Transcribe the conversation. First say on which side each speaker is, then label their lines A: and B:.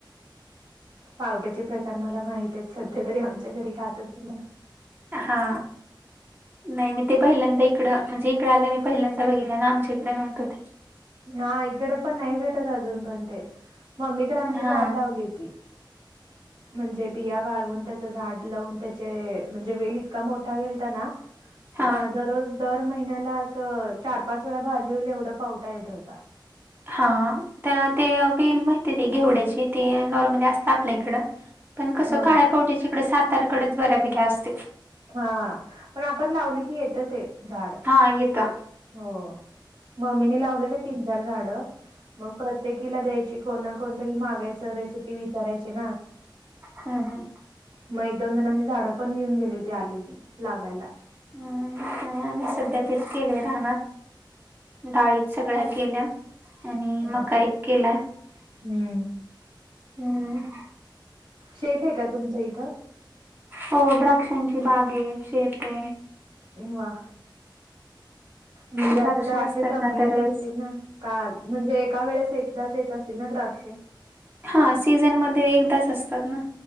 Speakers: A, on the right; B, on the right.
A: पावट्याचे प्रकार मला माहित आहेत सध्या तरी आमच्या घरी खात मला
B: हा नाही मी ते पहिल्यांदा इकडं म्हणजे इकडं आलं मी पहिल्यांदा बघितलं ना आमच्या इकडे नव्हतं ते.
A: हा इकडे पण नाही भेटत अजून पण ते मम्मी तर आमची
B: हा
A: झाड लावली होती. <inaudible> म्हणजे बिया वाळवून त्याचं झाड लावून त्याचे म्हणजे वेल इतका मोठा घेलता ना.
B: हा
A: अ दररोज दर महिन्याला अस चार-पाच वेळा भाजी होईल एवढं पाव पाहिजे होता.
B: हा तर ते बेल माहिती काय घेवड्याची ते नॉर्मली असते आपल्या इकडं. पण कसं
A: हो
B: काळ्या पावटीच्याकडे सातार्याकडेच बऱ्यापैकी असते.
A: हा पण आपण लावली की येतं ते, झाड.
B: हा येता.
A: हो मम्मीनी लावलेले तीन-चार झाड. मग प्रत्येकीला द्यायची कोणा ना कोणतरी मागायचं रेसिपी विचारायचे ना.
B: हा हा.
A: मग एक-दोन जणांनी झाडं पण घेऊन गेली होती आलेची लावायला.
B: हम्म नाही आम्ही सध्या तेच केले राहना. डाळीत सगळ्या केल्या आणि
A: अ
B: मकाई केलाय.
A: हम्म.
B: हम्म.
A: शेत आहे का तुमचं इथं?
B: हो द्राक्षांची बाग आहे शेत आहे.
A: वाह! म्हणजे
B: द्राक्ष
A: आता द्राक्षे
B: असतात
A: संपलेच
B: ना दरवेळेस.
A: असतील ना. का म्हणजे एका वेळेस एकदाच येत असतील ना द्राक्षे.
B: हां, सीझनमध्ये एकदाच असतात ना.